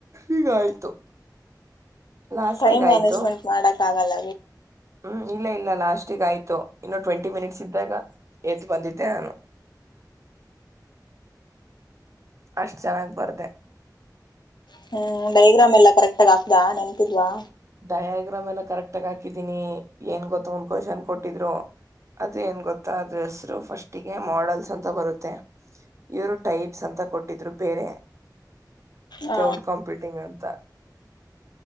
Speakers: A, on the right; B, on the left.
A: ಈೀಗ ಆಯ್ತು ಲಾಸ್ಟಿಗ್
B: ಟೈಮ್
A: ಆಯ್ತು
B: ಮ್ಯಾನೇಜ್ಮೆಂಟ್ ಮಾಡಕ್ ನಾಗಾಲ
A: ಹ್ಮ್ ಇಲ್ಲ ಇಲ್ಲ ಲಾಸ್ಟಗ ಆಯ್ತು ಇನ್ನೊ ಟ್ವೆಂಟಿ ಮಿನಿಟ್ಸ್ ಇದ್ದಾಗ ಎತ್ ಬಂದಿದ್ದೆ ನಾನು ಅಷ್ಟ್ ಚೆನ್ನಾಗ್ ಬರ್್ದ
B: ಹ್ಮ್ ಬೈಗ್ರಾಮ್ ಎಲ್ಲ ಕರೆಕ್ಟ್ ಹಾತಾ ನೆನ್ಂತಿದ್ವಾ
A: ಡಯಾಗ್ರಾಮ್ ಎಲ್ಲ ಕರೆಕ್ಟಗ ಹಾಕಿದೀನಿ ಏನ್ ಗೊತ್ತ ಒಂದ್ ಕ್ವಶನ್ ಕೊಟ್ಟಿದ್ರು ಅದು ಏನ್ ಗೊತ್ತ ಅದ್ರ ಹೆಸರು ಫಸ್ಟಿಗೆ ಮಾಡಲ್ಸ್ ಅಂತ ಬರುತ್ತೆ ಇವರು ಟೈಪ್ಸ್ ಅಂತ ಕೊಟ್ಟಿದ್ರು ಬೇರೆ
B: ಹ
A: ಕ್ಲೌಡ್ ಕಾಂಪ್ಯೂಟಿಂಗ್ ಅಂತ ಹ